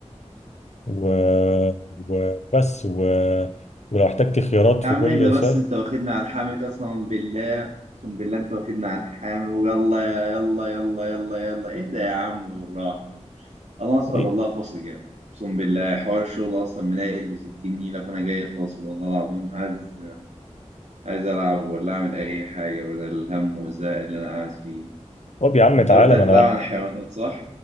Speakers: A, on the left; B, on the right.
A: و... وبس و... ولو احتجت خيارات
B: يا
A: في
B: عم
A: كل
B: اهدى بس
A: سؤال
B: انت واخدنا على الحامي قسما بالله اقسم بالله انت واخدنا على الحامي ويلا يا يلا يلا يلا يلا اهدى يا عم بالراحة انا اصلا
A: ايه
B: والله فاصل جامد اقسم بالله حوار الشغل اصلا منيل ب 60 نيلة فانا جاي فاصل والله العظيم عايز عايز العب ولا اعمل اي حاجة بدل الهم والزهق اللي انا قاعد فيه
A: طب يا عم
B: انت
A: تعالى
B: قلت هتلعب
A: ما انا
B: عن الحيوانات صح؟